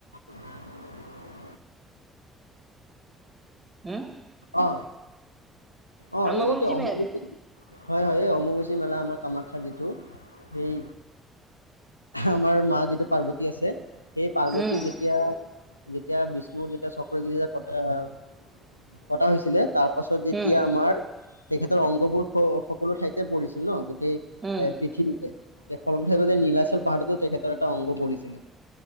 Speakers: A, on the left; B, on the right.
A: <unintelligible>
B: উম,
A: অ অ
B: আম্বাবুজি
A: এই এটোয়া অমাৰ।
B: মে
A: হয় হয় এই অম্ববাচী মেলা আমাৰ কামাখ্যা যিটো সেই আমাৰ মা যিটো পাৰ্বতী আছে।। ু সেই পাৰ্বতী
B: উম,
A: যেতিয়া যেতিয়া বিষ্ণুৰ যেতিয়া চক্ৰ যেতিয়া কটা আহল মই কটা হৈছিলে তাৰ পাছত যেতিয়া
B: উম,
A: আমাৰ তেখেতৰ অংগবোৰ সকলো ঠাইতে পৰিছিল ন গোটেই
B: উম,
A: এ পৃথিৱীতে। ফল নীলচল পাহাৰততেো তেখেতৰ এটা অংগ পৰিছিলে